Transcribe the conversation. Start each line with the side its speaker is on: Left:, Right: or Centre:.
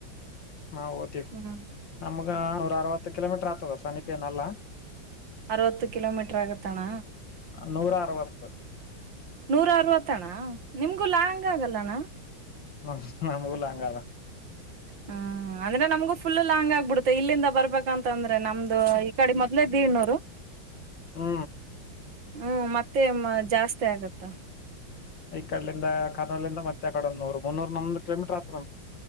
Left: ಹಾ ಓತಿೀ
Right: ಹ್ಮ್
Left: ನಮ್ಗ ನೂರ ಅರವತ್ತು ಕಿಲೋಮೀಟರ್ ಆಗ್ತದ ಸಮಿಪ ನಲ್ಲ
Right: ಅರವತ್ತು ಕಿಲೋಮೀಟರ್ ಆಗತ್ತಣ್ಣ
Left: ನೂರ ಅರವತ್ತು
Right: ನೂರ ಅರವತ್ತಣ್ಣ ನಿಮ್ಗು ಲಾಂಗ್ ಆಗಲ್ಲಣ್ಣ
Left: ಹ ನಮ್ಗಲ ಹಂಗದ
Right: ಹ್ಮ್ ಅಂದ್ರೆ ನಮ್ಗೂ ಫುಲ್ ಲಾಂಗ್ ಆಗ್ಬಿಡುತ್ತೆ ಇಲ್ಲಿಂದ ಬರ್ಬೇಕಂತ ಅಂದ್ರೆ ನಮ್ದು ಕಡೆ ಮೊದ್ ಇದ್ದೀ ಇ್ಣೂರು
Left: ಹ್ಮ
Right: ಹ್ಮ್ ಮತ್ತೆ ಜಾಸ್ತಿ ಆಗತ್ತಾ
Left: ಈ ಕಡಿಂದ ಕರ್ನೂಲಿಂದ ಮತ್ತ ಆ ಕಡ ನೂರು ಮುನ್ನೂ ನೂ ಕಿಲೋಮೀಟರ್ ಆತದ್